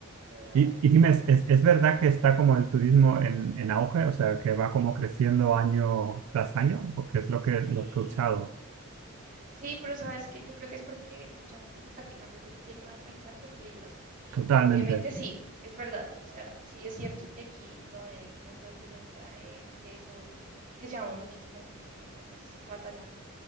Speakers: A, on the right (about 35°); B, on the right (about 80°).
A: Te voy a dar
B: Y,
A: el
B: y
A: nombre
B: dime, ¿es,
A: de algo.
B: es- es verdad que está como el turismo en, en auge? O sea, que va como creciendo año tras año, porque es lo
A: Sí,
B: que, lo que he escuchado.
A: sí, pero sabes que yo creo que es porque mucha gente se está quitando ese estigma de pensar que es peligroso.
B: Totalmente.
A: Obviamente sí, es verdad. O sea, sí es cierto que aquí todavía hay un poco de presencia de, de eso que llevamos muchísimos, muchísimos años batallando